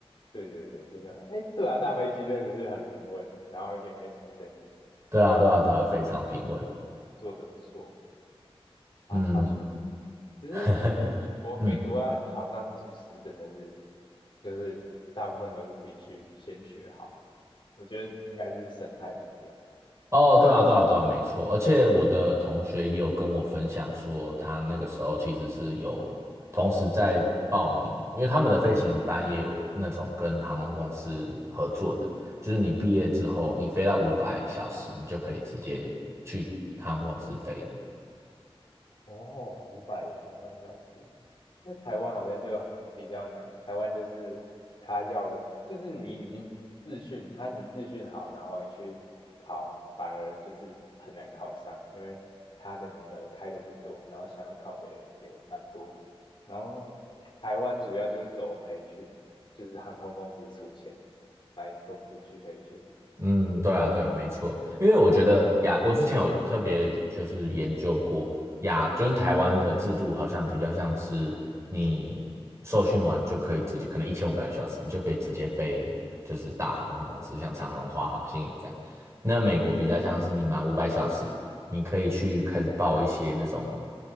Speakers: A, on the left (about 55°); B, on the right (about 30°).
A: 对对对，真的，哎，对啊，大飞机真的是很平稳诶，然后也没什么声音，应
B: 对啊，
A: 该是他们
B: 对啊，对啊，非常平稳。
A: 做的不错。啊，
B: 嗯，
A: 好像只是
B: <laughs>
A: 我美国要考上机师，
B: 嗯。
A: 真的是就是大部分都是自己去先学好，我觉得应该是生态不一样
B: 哦，
A: 啊。
B: 对啊，对啊，对啊，没错。而且我的同学也有跟我分享说，他那个时候其实是有同时在报名，因为他们的飞行班也有那种跟航空公司合作的，就是你毕业之后，你飞到五百小时，你就可以直接去航空公司飞了。
A: 哦，五百五百小时，那台湾好像就比较难，台湾就是他要的，就是你已经自训，他你自训好，然后你去考，反而就是很难考上，因为他的名额开的不多，然后想要考的人也蛮多的。然后台湾主要就是走培训，就是航空公司出钱来送出去培训。
B: 嗯，对啊，对啊，没错，因为我觉得亚，
A: <laughs>
B: 我之前有特别就是研究过亚，就是台湾的制度好像比较像是你受训完就可以直接，可能一千五百个小时，你就可以直接飞，就是大航空公司，像长荣、华航、新宇这样。那美国比较像是你满五百小时，你可以去开始报一些那种，